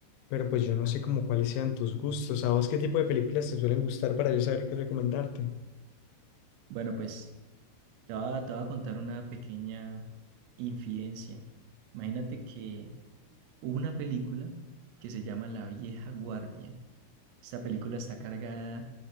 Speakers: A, on the left; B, on the right.
A: pero pues yo no sé como cuáles sean tus gustos. ¿A vos qué tipo de películas te suelen gustar para yo saber qué recomendarte?
B: Bueno, pues te voy a, te voy a contar una pequeña infidencia. Imagínate que hubo una película que se llama La Vieja Guardia. Esta película está cargada